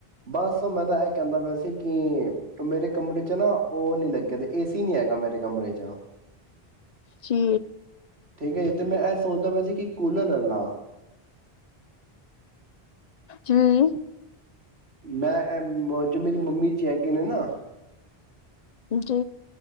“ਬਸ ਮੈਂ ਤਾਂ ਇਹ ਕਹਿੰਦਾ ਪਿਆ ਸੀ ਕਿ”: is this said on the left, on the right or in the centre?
Right